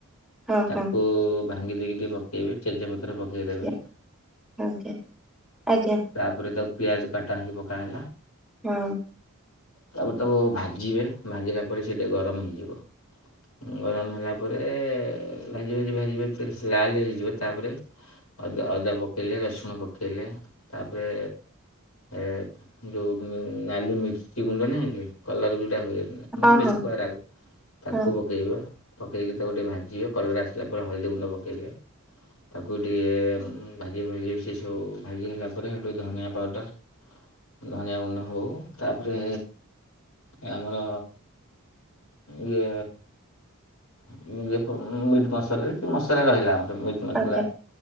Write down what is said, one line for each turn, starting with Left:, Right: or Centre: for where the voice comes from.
Centre: ହଁ
Left: ତାକୁ।
Centre: ହଁ
Left: ଭାଙ୍ଗି ଦେଇକି ଟିକେ ପକେଇବେ ତେଜ ପତ୍ର ପକେଇ ଦେବେ।
Centre: ଆଜ୍ଞା ଆଜ୍ଞା ଆଜ୍ଞା।
Left: ତାପରେ ତାକୁ ପିଆଜ କାଟା ହେଇକି ପକା ହେଲା।
Centre: ହୁଁ।
Left: ତାପରେ ତାକୁ ଭାଜିବେ ଭାଜିଲା ପରେ ସେଇଟା ଗରମ ହେଇଯିବ ଗରମ ହେଲା ପରେ ଭାଜି ଭାଜି ଭାଜି ଭାଜି ଯେ ସେ ଲାଲ ହେଇଯିବ ତାପରେ ଅଦା ଅଦା ପକେଇଲେ ରସୁଣ ପକେଇଲେ ତାପରେ ଏ ଯୋଉ ନାଲି ମିର୍ଚି ଗୁଣ୍ଡ ନାହିଁ ହୁ କଲର ଯୋଉଟା ହୁଏ ମାନେ
Centre: ହଁ
Left: ବେଶୀ
Centre: ହଁ
Left: କ ରାଗ ତାକୁ
Centre: ହଁ
Left: ପକେଇବ ପକେଇକି ତାକୁ ଟିକେ ଭାଜିବ କଲର୍ ଆସିଲା ପରେ ହଳଦୀ ଗୁଣ୍ଡ ପକେଇଲେ ତାକୁ ଟିଏ ଭାଜି ଭାଜି ସେ ସବୁ ଭାଜି ହେଲା ପରେ ହେଇଠୁ ଧନିଆ ପାଉଡ଼ର ଧଣିଆ ଗୁଣ୍ଡ ହଉ ତାପରେ ଏ ଆମର ଇଏ <inaudible> ମିଟ୍ ମସଲା ରେ ଯୋଉ ମସଲା ରହିଲା ଆମର ମସଲା
Centre: ଆଜ୍ଞା